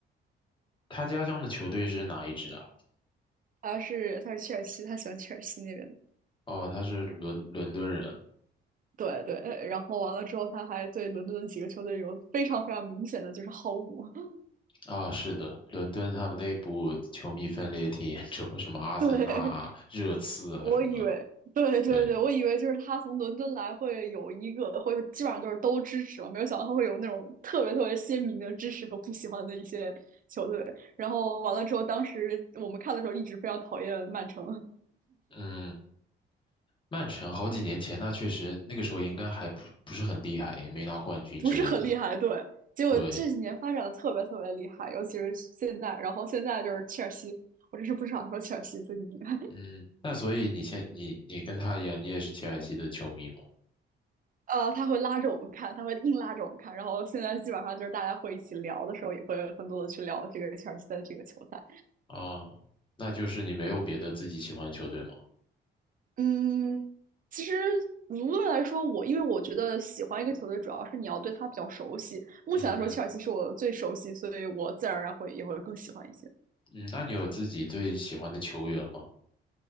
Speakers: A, on the left; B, on the right.
A: 他家乡的球队是哪一支啊？
B: 他是他是切尔西，他喜欢切尔西那边
A: 哦，他是伦伦敦人
B: 对对，然后完了之后，他还对伦敦的几个球队有非常非常明显的就是好恶。<laughs>
A: 啊，是的，伦敦他们内部球迷分裂挺严重，什么阿森纳啊、
B: 对，
A: 热刺啊什么，
B: 我以为，对对对，
A: 对。
B: 我以为就是他从伦敦来会有一个，会基本上都是都支持嘛，没有想到他会有那种特别特别鲜明的支持和不喜欢的一些球队。然后完了之后，当时我们看的时候一直非常讨厌曼城，
A: 嗯，曼城好几年前，那确实那个时候应该还不不是很厉害，也没拿冠军之类的吧？
B: <laughs> 不是很厉害，对。结果这几年发展的特别特别厉害，
A: 对，
B: 尤其是现在，然后现在就是切尔西，我真是不想说切尔西最厉害。
A: 嗯，那所以你现你你跟他一样，你也是切尔西的球迷吗？
B: 呃，他会拉着我们看，他会硬拉着我们看。然后现在基本上就是大家会一起聊的时候，也会更多的去聊这个切尔西的这个球赛。
A: 啊，那就是你没有别的自己喜欢的球队吗？
B: 嗯，其实无论来说，我因为我觉得喜欢一个球队，主要是你要对他比较熟悉。目前来说，
A: 嗯哼，
B: 切尔西是我最熟悉，所以我自然而然会也会更喜欢一些。
A: 嗯，那你有自己最喜欢的球员吗？